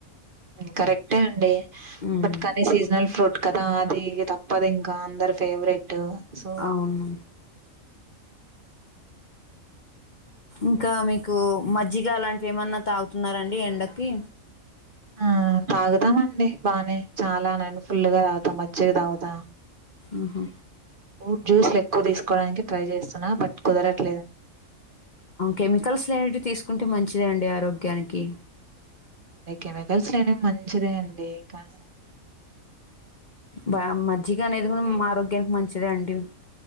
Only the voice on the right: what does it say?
కరెక్టే అండి
బట్కానే సిజనల్ ఫ్రూట్ కదా అది తప్పది ఇంకా అందరు ఫేవరెట్ సో
ఆ తాగుదాం అండి బానే చాలానే ఫుల్ గా తాగుతా మజిగా తాగుతా
ఫ్రూట్ జ్యూస్లు ఎక్కువ తీసుకోవడానికి ట్రై చేస్తున్నా బట్ కుదరట్లేదండి.
లె కెమికల్స్ లేనివి మంచిదే అండి కానీ